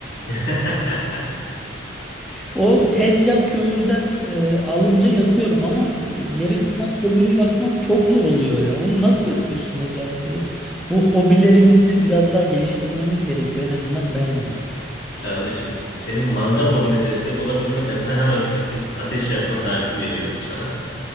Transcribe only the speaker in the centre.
O tez yak kömürden e, alınca yakıyorum ama e, geri kalan kömürü yakmak çok zor oluyor ya. Onu nasıl yakıyorsun Necati? Bu bu hobilerimizi biraz daha geliştirmemiz gerekiyor. En azından ben yani.